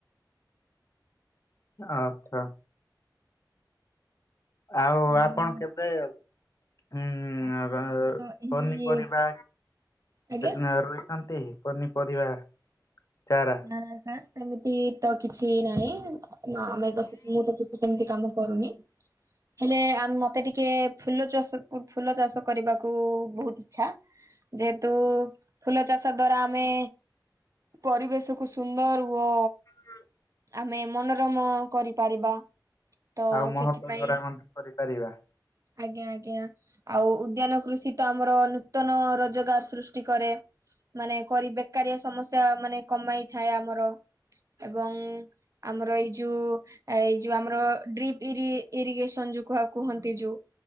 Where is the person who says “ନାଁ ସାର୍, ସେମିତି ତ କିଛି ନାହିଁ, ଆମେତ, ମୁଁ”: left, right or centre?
Right